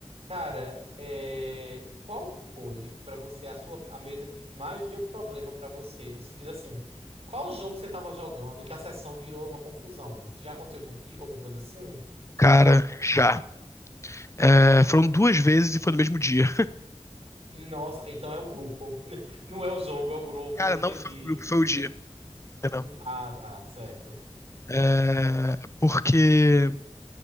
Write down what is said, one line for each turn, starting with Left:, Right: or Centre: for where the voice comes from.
Right: Cara, é, qual foi pra você a sua a mesa que mais deu problema pra você? No sentido assim, qual jogo você tava jogando que a sessão virou uma confusão? Já aconteceu contigo alguma coisa assim?
Left: Cara, já. É, foram duas vezes e foi no mesmo dia.
Right: Nossa, então é o grupo. <laughs> Não é o jogo, é o
Left: <laughs>
Right: grupo,
Left: Cara,
Right: entendi.
Left: não foi o grupo, foi o dia.
Right: Hum,
Left: Não.
Right: ah, tá, certo.
Left: É, porque